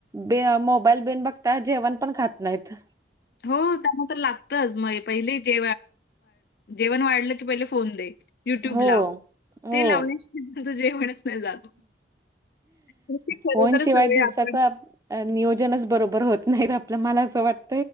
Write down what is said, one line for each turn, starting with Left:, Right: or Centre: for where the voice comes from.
Right: ब मोबाईल बिन बघता जेवण पण खात नाहीत
Left: हो त्यांना तर लाग पहिले जे जेवण वाढलं की पहिले फोन दे युट्यूब
Right: हो.
Left: लाव
Right: हो.
Left: ते लावण्या श त्यांचं जेवणत नाही जात ते खरोखरच
Right: फोन शिवाय
Left: हवय
Right: दिवसाचा
Left: आपण
Right: नियोजनच बरोबर होत नाहीत आपलं,, मला असं वाटतऽ